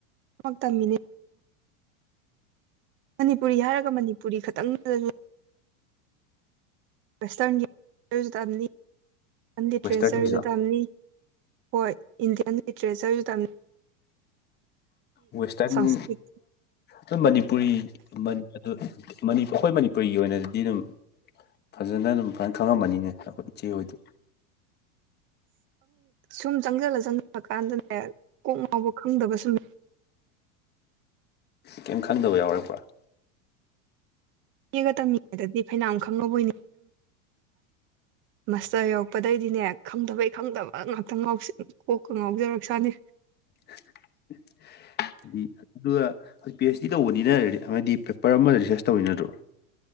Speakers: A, on the right; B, on the left.
A: ꯇꯝꯃꯤꯅꯤ ꯃꯅꯤꯄꯨꯔꯤ ꯍꯥꯏꯔꯒ ꯃꯅꯤꯄꯨꯔꯤ ꯈꯛꯇꯪꯗꯁꯨ ꯋꯦꯁꯇꯔꯟꯒꯤꯁꯨ ꯇꯝꯅꯤ ꯂꯤꯇꯔꯦꯆꯔꯁꯨ
B: ꯋꯦꯁꯇꯔꯟꯒꯤꯁꯨ
A: ꯇꯝꯅꯤ ꯍꯣꯏ ꯏꯟꯗꯤꯌꯥꯟ ꯂꯤꯇꯔꯦꯆꯔꯁꯨ ꯇꯝꯃꯤ
B: ꯋꯦꯁꯇꯔꯟ
A: ꯁꯪꯁꯀ꯭ꯔꯤꯠ
B: ꯅꯣꯏ ꯃꯅꯤꯄꯨꯔꯤ ꯑꯗꯨ ꯑꯩꯈꯣꯏ ꯃꯅꯤꯄꯨꯔꯤꯒꯤ ꯑꯣꯏꯅꯗꯤ ꯑꯗꯨꯝ ꯐꯖꯅ ꯑꯗꯨꯝ ꯐꯖ ꯈꯪꯉꯝꯃꯅꯤꯅꯦ ꯑꯩꯈꯣꯏ ꯏꯆꯦ ꯍꯣꯏꯗꯤ
A: ꯁꯨꯝ ꯆꯪꯁꯤꯜꯂ ꯆꯪꯁꯤꯜꯂ ꯀꯥꯟꯗꯅꯦ ꯀꯣꯛ ꯉꯥꯎꯕ ꯈꯪꯗꯕ ꯁꯨꯝ
B: ꯀꯩꯝ ꯈꯪꯗꯕ ꯌꯥꯎꯔꯛꯄ꯭ꯔꯥ
A: ꯒ ꯇꯝꯃꯤꯉꯩꯗꯗꯤ ꯐꯩꯅꯥꯝ ꯈꯪꯉꯕꯣꯏ ꯃꯥꯁꯇꯔ ꯌꯧꯔꯛꯄꯗꯩꯗꯤꯅꯦ ꯈꯪꯗꯕꯩ ꯈꯪꯗꯕ ꯉꯥꯛꯇ ꯉꯥꯎꯁꯜ ꯀꫭꯛꯀ ꯉꯥꯎꯖꯔꯛꯁꯥꯅꯤ
B: <inaudible> ꯍꯥꯏꯗꯤ ꯑꯗꯨꯒ ꯄꯤ ꯑꯩꯆ ꯗꯤ ꯇꯧꯕꯅꯤꯅ ꯍꯥꯏꯗꯤ ꯄꯦꯄꯔ ꯑꯃꯗ ꯔꯤꯁꯥꯔꯁ ꯇꯧꯔꯤ ꯅꯠꯇ꯭ꯔꯣ